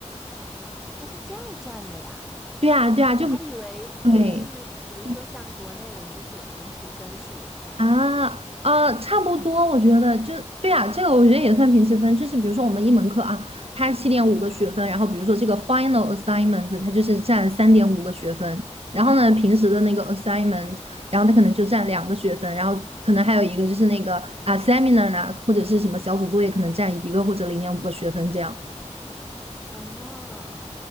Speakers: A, in the centre; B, on the right.
A: 呃，他是这样占的呀，
B: 对呀，对呀，
A: 我还以为是，
B: 就比对
A: 比如说像国内我们就是有平时分数
B: 对啊，呃，差不多，我觉得就对呀，这个我觉得也算平时分，就是比如说我们一门课啊，它七点五个学分，然后比如说这个 final assignment 它就是占三点五个学分，然后呢平时的那个 assignment，然后它可能就占两个学分，然后可能还有一个就是那个啊 seminar 呢，或者是什么小组作业可能占一个或者零点五个学分这样。
A: 啊，